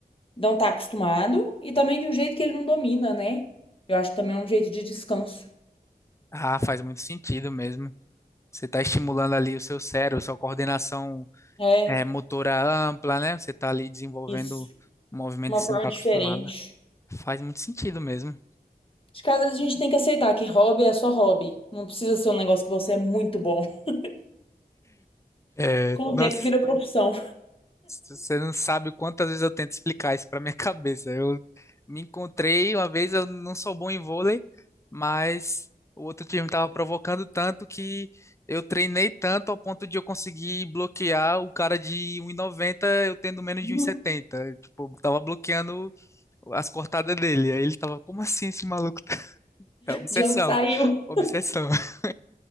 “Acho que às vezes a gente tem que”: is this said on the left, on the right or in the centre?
Left